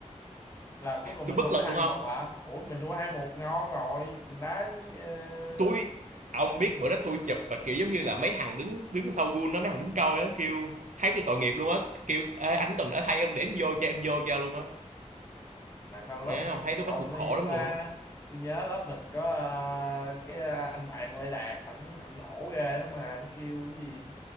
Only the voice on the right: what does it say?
tôi
bất
lực
luôn không
tôi ông biết bữa đó tôi chụp và kiểu giống như là mấy thằng đứng đứng sau gun đó mấy thằng đứng coi đó kêu thấy tôi tội nghiệp luôn á kêu ê anh cần đã thay em đến vô cho em vô cho luôn á
mẹ ông
thấy
lúc
đó tôi
khổ
lắm
luôn á